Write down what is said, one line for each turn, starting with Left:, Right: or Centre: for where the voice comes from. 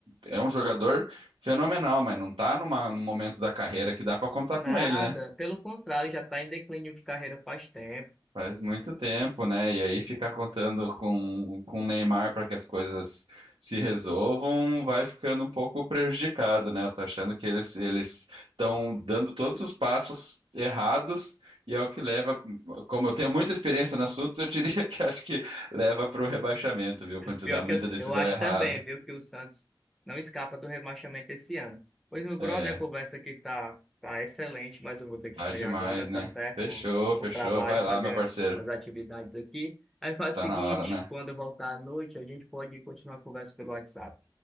Right: é um jogador Fenomenal, mas não tá numa, num momento da carreira que dá pra contar
Centre: nada.
Right: com ele, né?
Centre: Pelo contrário, já está em declínio de carreira faz tempo.
Right: Faz muito tempo, né? E aí ficar contando com, com o Neymar para que as coisas se resolvam vai ficando um pouco prejudicado, né? Eu tô achando que eles eles estão dando todos os passos errados e é o que leva, como eu tenho muita experiência no assunto, eu diria <laughs> que acho que leva para o rebaixamento, viu? Quando se
Centre: Pior
Right: dá muita
Centre: que eu,
Right: decisão
Centre: eu acho
Right: errada.
Centre: também, viu, que o Santos não escapa do rebaixamento esse ano. Pois, meu brother,
Right: É,
Centre: a conversa aqui tá, tá excelente, mas eu vou ter que
Right: tá
Centre: sair
Right: demais,
Centre: agora, tá
Right: né?
Centre: certo?
Right: Fechou,
Centre: Vou, vou pro
Right: fechou.
Centre: trabalho
Right: Vai
Centre: fazer
Right: lá, meu parceiro.
Centre: umas atividades aqui. Aí faz
Right: Tá
Centre: o seguinte,
Right: na hora, né?
Centre: quando eu voltar à noite, a gente pode continuar a conversa pelo WhatsApp.